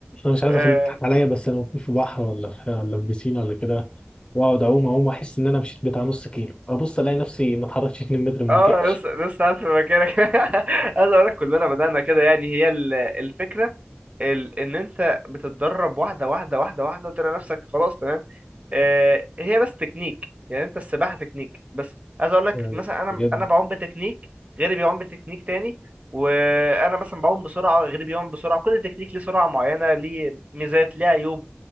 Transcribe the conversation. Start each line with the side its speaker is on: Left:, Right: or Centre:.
Left: انا مش عايز
Right: آه.
Left: اخليك تضحك عليا بس انا ممكن في بحر ولا في ولا في بيسين ولا كده واقعد اعوم اعوم احس ان انا مشيت بتاع نص كيلو ابص الاقي نفسي ما اتحركتش 2 متر من
Right: اه
Left: مكاني
Right: لسه لسه قاعد في مكانك <laughs> عايز اقول لك كلنا بدأنا كده يعني هي ال- الفكرة ال... ان انت بتتدرب واحدة واحدة واحدة واحدة وتلاقي نفسك خلاص تمام آه هي بس تكنيك يعني انت السباحة تكنيك بس عايز اقول لك
Left: آه،
Right: مثلا انا
Left: بجد
Right: انا بعوم بتكنيك غيري بيعوم بتكنيك تاني وانا مثلا بعوم بسرعة غيري بيعوم بسرعة كل تكنيك ليه سرعة معينة ليه ميزات ليه عيوب